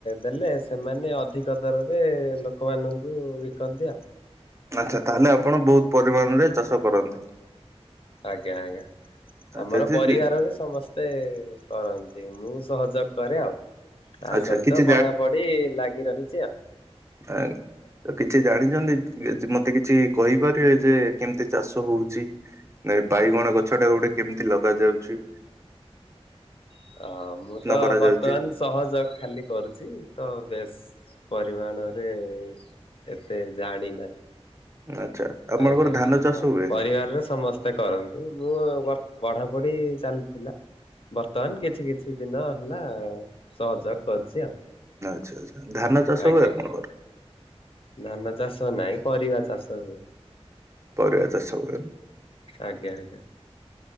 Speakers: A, on the left; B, on the right.
A: ଦେଲେ ସେମାନେ ଅଧିକ ଦରରେ ଲୋକମାନଙ୍କୁ ବିକନ୍ତି ଆଉ।
B: ଆଛା ତାହେଲେ ଆପଣ ବହୁତ ପରିମାଣରେ ଚାଷ କରନ୍ତି।
A: ଆଜ୍ଞା ଆଜ୍ଞା।
B: ଆଚ୍ଛା
A: ଆମର
B: ଯଦି
A: ପରିବାରରେ ସମସ୍ତେ କରନ୍ତି ମୁଁ ସହଯୋଗ କରେ ଆଉ। ତା
B: ଆଚ୍ଛା
A: ସହିତ
B: କିଛି
A: ପଢାପଢି ଲାଗି ରହିଛି ଆଉ।
B: ଆ ତ କିଛି ଜାଣିଛନ୍ତି। ମତେ କିଛି କହିପାରିବେ ଯେ କେମିତି ଚାଷ ହଉଛି। ନାଇ ବାଇଗଣ ଗଛ ଟା ଗୋଟେ କେମିତି ଲଗ ଯାଉଛି।
A: <inaudible> ଅ ମୁଁ ତ
B: କରାଯାଉଛି?
A: ବର୍ତ୍ତମାନ ସହଜ। ଖାଲି କରୁଛି ତ ବେଶ୍। ପରିମାଣରେ ଏତେ ଜାଣିନାହିଁ।
B: ଆଚ୍ଛା ଆପଣଙ୍କର
A: ଆଜ୍ଞା ଆଜ୍ଞା
B: ଧାନ ଚାଷ
A: ହଁ
B: ହୁଏ?
A: ପରିବାରରେ ସମସ୍ତେ କରନ୍ତି। ମୁଁ ବର୍ ପଢାପଢି ଚାଲିଥିଲା ବର୍ତ୍ତମାନ କିଛି କିଛି ଦିନ ହେଲା ସହଯୋଗ କରିଛି ଆଉ।
B: ଆଛା ଧାନ ଚାଷ
A: ଆଜ୍ଞା।
B: ହୁଏ ଆପଣଙ୍କର।
A: ଧାନ ଚାଷ ନାଇଁ ପରିବା ଚାଷ ହୁ
B: ପରିବା ଚାଷ ହୁଏ। <inaudible>
A: ଆଜ୍ଞା ଆଜ୍ଞା।